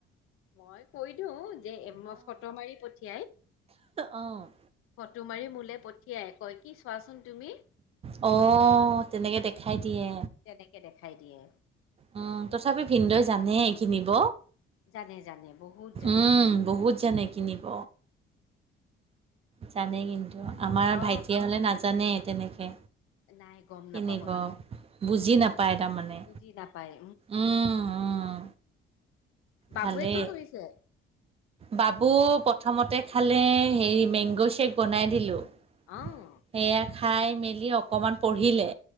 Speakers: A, on the left; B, on the right.
A: মই কৈ দিওঁ যে এই ফটো মাৰি পঠি
B: অ',
A: তোমাৰি মোলে পঠিয়াই কয় কি চোৱাচোন তুমি
B: হঅ' তেনেকে দেখাই দিয়ে
A: তেনেকে দেখাই দিয়ে
B: উম তথাপি ভিনদই জানে কিনিব
A: জানে জানে বহুত জানে
B: উম, বহুত জানে কিনিব জানে কিন্তু আমাৰ
A: অ
B: ভাইটি হ'লে নাজানেই তেনেকে
A: নাই গম
B: কিনিব
A: নাপাব সিহঁত
B: বুজি নাপ পাই তাৰমানে
A: বুজি নাপায়
B: উম উম
A: বাবুৱে
B: ভালেই
A: কি কৰিছে
B: বাবু প্ৰথমতে খালে হেৰি মেংগ' শ্বেক বনাই দিলোঁ
A: অ'
B: সেয়া খাই মেলি অকণমান পঢ়িলে